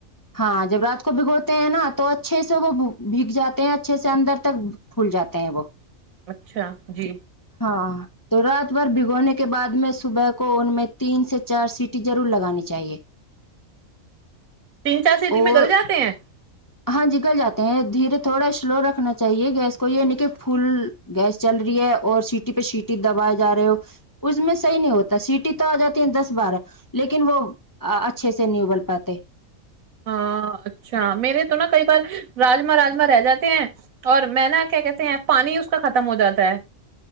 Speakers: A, on the left (about 25°); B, on the right (about 85°).
A: ہاں جب رات کو بھگوتے ہیں نا تو اچھے سے وہ بھیگ جاتے ہیں اچھے سے اندر تک پھول جاتے ہیں وہ
B: اچھا جی
A: ہاں تو رات بھر بھگونے کے بعد میں صبح کو ان میں تین سے چار سیٹییں ضرور لگانی چاہیے
B: تین چار سیٹی
A: اور
B: میں گل جاتے ہیں
A: ہاں جگل جاتے ہیں دھیرے تھوڑا سلو رکھنا چاہیے گیس کو یہ ن کہ فل گیس چل رہی ہے اور سیٹی پہ سیٹی دبائے جا رہے ہو اس میں صحیح نہیں ہوتا سیٹی تو آ جاتی ہے دس بارہ لیکن وہ اچھے سے نہیں ابل پاتے
B: ہاں اچھا میرے تو نا کئی بار راجما راجما رہ جاتے ہیں اور میں نا کیا کہتے ہیں پانی اس کا ختم ہو جاتا ہے